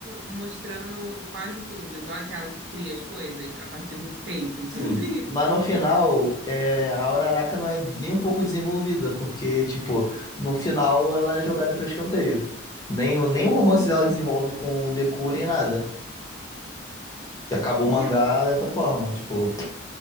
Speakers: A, on the right; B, on the left.
A: mostrando quase tudo, igual aquela que cria as coisas a partir do peito, <laughs> inclusive.
B: Sim. Mas no final, é, a Uraraka não é nem um pouco desenvolvida, porque, tipo, no final ela é jogada pra escanteio. Nem, nem o romance dela desenvolve com o Deku nem nada. E acabou
A: Viu?
B: o mangá dessa forma, tipo.